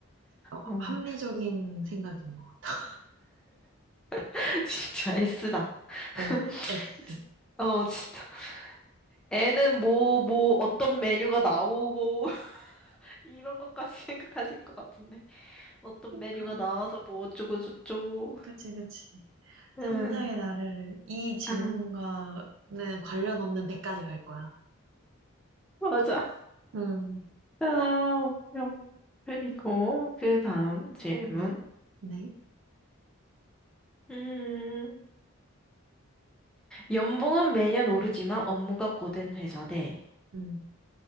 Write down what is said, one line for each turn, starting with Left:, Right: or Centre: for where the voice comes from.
Right: 어,
Centre: 어,
Right: 합리적인 생각인 것 같아.
Centre: <laughs> 진짜 S다. <laughs>
Right: 어, S.
Centre: 진- 어, 진짜. 애는 뭐, 뭐, 어떤 메뉴가 나오고, <laughs> 이런 것까지 생각하실 것 같은데. 어떤
Right: 그러니까.
Centre: 메뉴가 나와서 뭐 어쩌고저쩌고.
Right: 그치, 그치.
Centre: 응,
Right: 상상의 나래를, 이 질문과는
Centre: 아,
Right: 관련 없는 데까지 갈 거야.
Centre: 맞아.
Right: 음,
Centre: 아, 음. 그리고, 그 다음 질문.
Right: 네. 네.
Centre: 음, 연봉은 매년 오르지만 업무가 고된 회사 대,
Right: 음,